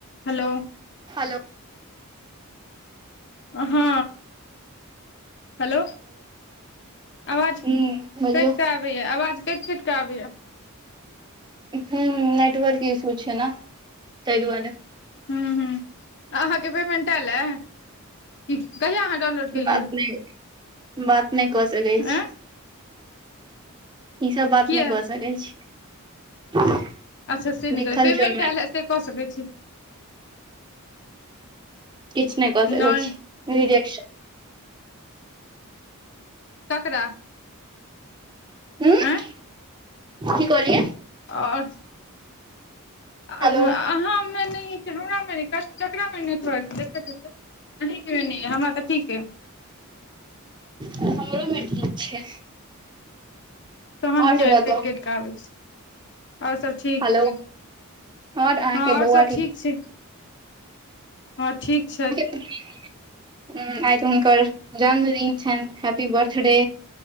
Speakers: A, on the left; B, on the right.
A: Hello
B: hello <inaudible>
A: अ हँ hello आवाज
B: हूँ
A: कैट
B: बजियौ
A: कऽ आबैय आवाज कैट कैट कऽ आबैय
B: हुँ नेटवर्क इश्यू छै नऽ तैय दुआरे
A: हुँ हुँ अहाँकेँ पेमेंट एल ए हुँ कहिया अहाँ डाउनलोड केलियै
B: बात नय बात नय कऽ सकै छी
A: आँय
B: ई सब बात
A: किया
B: नइ कऽ सकै छी
A: अच्छऽ से नय
B: लिखल
A: करै पेमेंट
B: छै ओहिमे
A: एल ऐ से कऽ सकै छी
B: किछ नय कऽ सकै
A: नहि
B: छी रिजेक्शन
A: ककरा
B: हुँ
A: आँय
B: की कहलियै
A: आओर आ
B: हेलो
A: अहाँ मे नय यऽ की हमरा मे नय कथि ककरा मे नेटवर्क देखऽ दिअ तऽ अही केँ मे नय ये हमरा तऽ ठीक अइ
B: हमरो मे ठीक छै
A: तहन
B: आओर
A: किया
B: सब बताउ
A: कैट - कैट कऽ आबै छै आओर सब ठीक
B: हेलो
A: छै
B: आओर अहाँके
A: हँ आओर
B: बौआ
A: सब ठीक छै हँ ठीक छैथ
B: हुँ आइ तऽ हुनकर जन्मदिन छैन हैप्पी बर्थडे